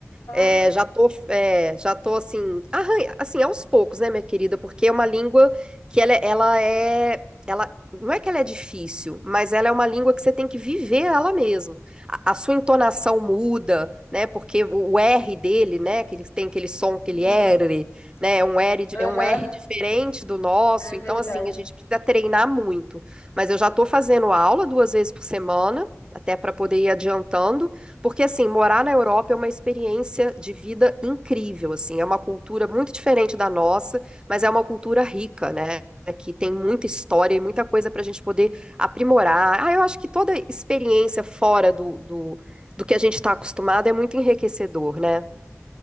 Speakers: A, on the left; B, on the right.
A: Ah,
B: É, já tô, é, já tô assim, arranha, assim, aos poucos, né, minha querida? Porque é uma língua que ela, é, ela é, ela não é que ela é difícil, mas ela é uma língua que você tem que viver ela mesmo. A, a sua entonação muda, né? Porque o, o R dele, né? Que ele tem aquele som, aquele
A: uhum.
B: R, né? É um R, di-
A: Aham,
B: é um R diferente do nosso.
A: é
B: Então,
A: verdade.
B: assim, a gente precisa treinar muito. Mas eu já tô fazendo aula duas vezes por semana, até para poder ir adiantando. Porque, assim, morar na Europa é uma experiência de vida incrível, assim, é uma cultura muito diferente da nossa, mas é uma cultura rica, né? Que tem muita história e muita coisa para a gente poder aprimorar. Ah, eu acho que toda experiência fora do, do, do que a gente está acostumado é muito enriquecedor, né?